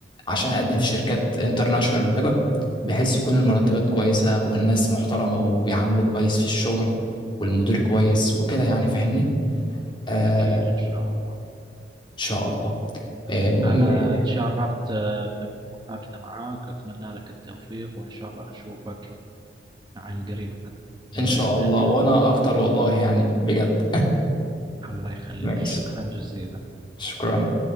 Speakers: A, on the left (about 25°); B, on the right (about 25°).
A: عشان اقدم في شركات انترناشونال وكده بحيث يكون المرتبات كويسه والناس محترمه وبيعاملوا كويس في الشغل والمدير كويس وكده يعني فاهمني آه
B: اكيد
A: ان
B: ان شاء الله
A: شاء الله آه المهم
B: انا
A: إيه؟
B: تشرفت آه، بالمحادثة معك واتمنى لك التوفيق وان شاء الله نشوفك عن قريب عندنا
A: إن شاء
B: بإذن
A: الله وأنا
B: الله
A: أكتر والله يعني بجد
B: الله يخليك
A: <laughs> ماشي
B: شكرا جزيلا
A: شكرا